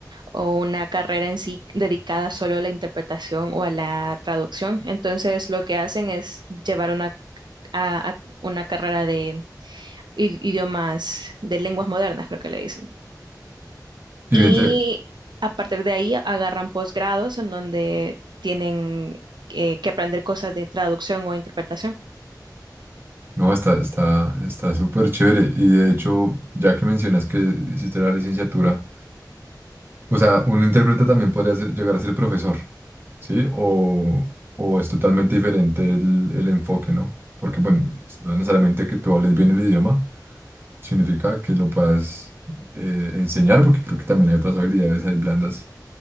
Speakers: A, on the right; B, on the right.
A: o una carrera en sí dedicada solo a la interpretación o a la traducción. Entonces, lo que hacen es llevar una, a- a- una carrera de i- idiomas, de lenguas modernas, creo que le dicen.
B: y
A: Y
B: vente,
A: a partir de ahí agarran posgrados en donde tienen eh, que aprender cosas de traducción o interpretación.
B: no, está, está, está súper chévere. Y de hecho, ya que mencionas que hiciste la licenciatura, o sea, un intérprete también podría ser- llegar a ser profesor, ¿sí? O, o es totalmente diferente el, el enfoque, ¿no? Porque, bueno, no necesariamente que tú hables bien el idioma significa que lo puedas eh, enseñar, porque creo que también hay otras habilidades, hay blandas